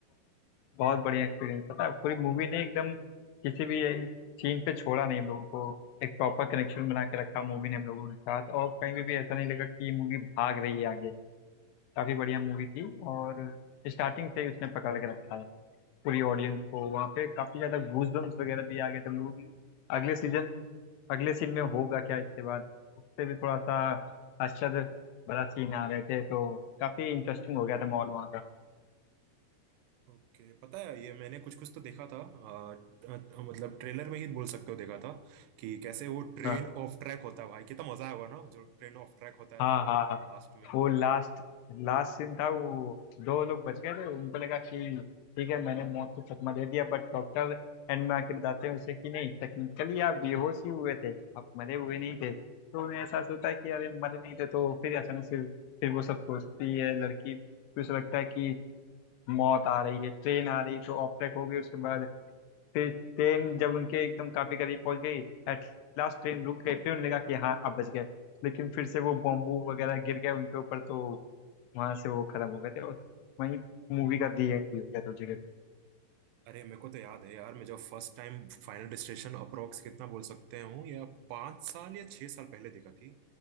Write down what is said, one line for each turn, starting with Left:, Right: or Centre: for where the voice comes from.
Left: बहुत बढ़िया एक्सपीरियंस पता है पूरी मूवी ने एकदम किसी भी सीन पे छोड़ा नहीं हम लोगों को एक प्रॉपर कनेक्शन बना के रखा मूवी ने हम लोगों के साथ और कहीं भी, भी ऐसा नहीं लगा कि मूवी भाग रही है आगे काफी बढ़िया मूवी थी और स्टार्टिंग से ही उसने पकड़ के रखा है पूरी ऑडियंस को वहाँ पे काफी ज्यादा गूज वगैरह भी आ गए थे हम लोगों के अगले सीजन अगले सीन में होगा क्या इसके बाद उससे भी थोड़ा सा आश्चर्य बड़ा सीन आ रहे थे तो काफी इंटरेस्टिंग हो गया था माहौल वहाँ का
Right: ओके पता है ये मैंने कुछ कुछ तो देखा था आ, अ- मतलब ट्रेलर में ही बोल सकते हो देखा था कि कैसे वो ट्रेन
Left: हाँ
Right: ऑफ ट्रैक होता है भाई कितना मजा आएगा ना जो ट्रेन ऑफ ट्रैक होता है
Left: हाँ
Right: तो
Left: हाँ हाँ
Right: लास्ट में
Left: वो लास्ट लास्ट सीन था वो दो लोग बच गए थे उनको लगा कि ठीक है मैंने मौत को चकमा दे दिया बट डॉक्टर एंड में आके बताते हैं उसे कि नहीं टेक्निकली आप बेहोश ही हुए थे आप मरे हुए नहीं थे तो उन्हें एहसास होता है कि अरे मरे नहीं थे तो फिर अचानक से फिर वो सब सोचती है लड़की फिर उसे लगता है कि मौत आ रही है ट्रेन आ रही तो ऑफ ट्रैक हो गई उसके बाद फिर ट्रेन जब उनके एकदम काफी करीब पहुंच गई एट लास्ट ट्रेन रुक गई फिर उन्हें लगा कि हाँ आप बच गए लेकिन फिर से वो बॉम्बू वगैरह गिर गए उनके ऊपर तो वहां से वो खत्म हो गए थे और वहीं मूवी का दी एंड भी हो गया था उस जगह पे
Right: अरे मेरे को तो याद है यार मैं जब first time final destination approx कितना बोल सकते हूँ या पाँच साल या छह साल पहले देखा थी